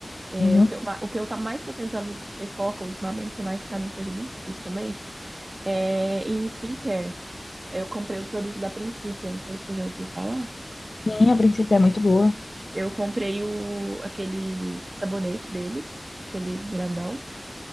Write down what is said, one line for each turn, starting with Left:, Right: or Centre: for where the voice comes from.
Right: É,
Left: Uhum.
Right: o que eu, ma- o que eu tá mais tô tentando ter foco ultimamente, por mais que pra mim seja muito difícil também, é em skincare. Eu comprei os produtos da Principia, não sei se você já ouviu falar.
Left: Sim, a princípio é muito boa.
Right: Eu comprei o, aquele sabonete deles, aquele grandão,